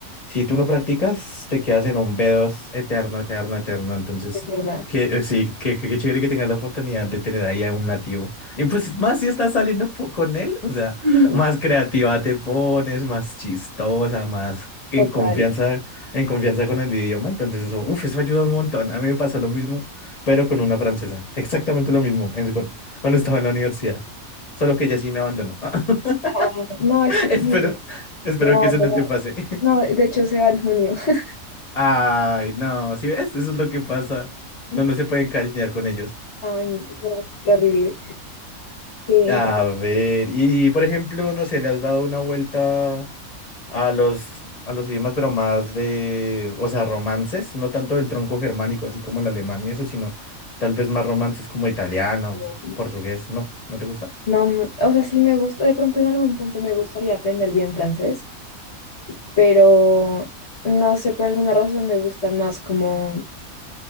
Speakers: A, on the left; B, on the left.
A: si tú no practicas, te quedas en un B2 eterno, eterno, eterno. Entonces,
B: es verdad.
A: que eh, sí, que, que- que chévere que tengas la oportunidad de tener ahí a un nativo. Y pues más si estás saliendo po- con él, o sea.
B: <laughs>
A: Más
B: Sí,
A: creativa te pones, más chistosa, más que
B: Total.
A: en confianza, en confianza con el idioma. Entonces eso, uf, eso ayuda un montón. A mí me pasó lo mismo, pero con una francesa. Exactamente lo mismo en- cu- cuando estaba en la universidad. Solo que ella sí me abandonó. <laughs>
B: Ah, no, este
A: Espero,
B: también
A: espero
B: me va a
A: que
B: abandonar.
A: eso no te pase. <laughs>
B: No, de hecho se va en junio. <laughs>
A: Ay, no, si ves? Eso es lo que pasa. Uno no se puede encariñar con ellos.
B: Ay, no, es terrible. Qué increíble.
A: A ver, y por ejemplo, no sé, le has dado una vuelta a los, a los idiomas, pero más de, o sea, romances, no tanto del tronco germánico, así como el alemán y eso, sino tal vez más romances como italiano,
B: pues,
A: portugués, ¿no? ¿No te gusta?
B: No, mm, o sea, sí me gusta, de pronto en algún punto me gustaría aprender bien francés, pero no sé, por alguna razón me gustan más como,